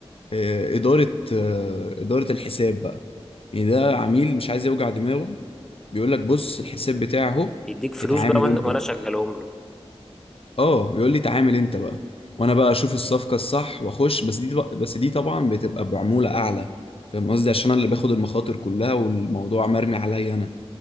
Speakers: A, on the left; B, in the centre.
A: آه، اداره آه، اداره الحساب بقى يعني ده عميل مش عايز يوجع دماغه بيقول لك بص الحساب بتاعه اهو
B: بيديك فلوس
A: اتعامل
B: بقى وانا
A: انت
B: وأنا شغلهم له
A: اه يقول لي تعامل انت بقى وانا بقى اشوف الصفقه الصح واخش بس دي بس دي طبعا بتبقى بعموله اعلى فاهم قصدي عشان انا اللي باخد المخاطر كلها والموضوع مرمي عليا انا